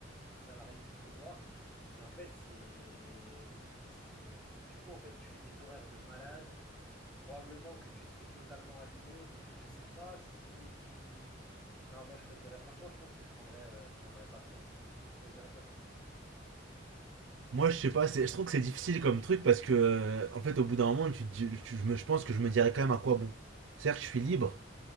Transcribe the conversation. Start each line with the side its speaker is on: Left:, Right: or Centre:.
Centre: un salarié du trottoir. Et en fait, c'est. c'est Du coup, en fait, tu fais des horaires de malade. Probablement que tu te fais totalement allumer. Donc, je sais pas si. Non, moi, je choisirais. Franchement, je pense que je prendrais, euh, je prendrais patron. Tu choisirais quoi, toi?
Right: Moi, je sais pas, c'est- je trouve que c'est difficile comme truc parce que, euh, en fait, au bout d'un moment, tu, te dis- tu- je, me- je pense que je me dirais quand même à quoi bon. Certes, je suis libre,